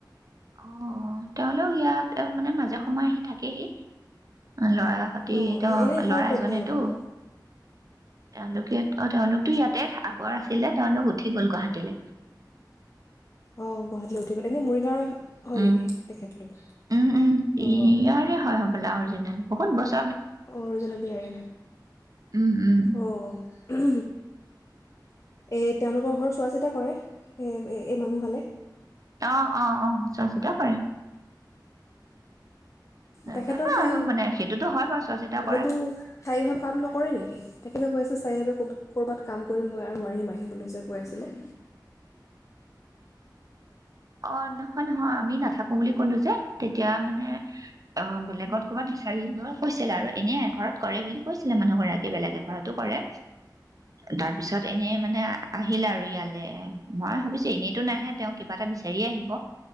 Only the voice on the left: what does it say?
অঁ
এনেই ঘৰ
ক'ত
তেওঁলোকৰ
অ গুৱাহাটীলৈ উঠি গ'ল এনে মৰিগাঁৱৰ হয়
নেকি তেখেতলোক
অঁ
অঁজন বিাৰ
অ' এই তেওঁলোকৰ ঘ চোৱা চিতা কৰে এই মানুহালে
তেখেতৰ কি
কতো সায়ভাৱে কাম নকৰে নেকি সেইে যে কৈ আছিল সাৰাইভাবে কবাত ক'ৰবাত কাম কৰি মই আৰু মোৱাৰিম আহিবলৈ যে কৈ আছিলে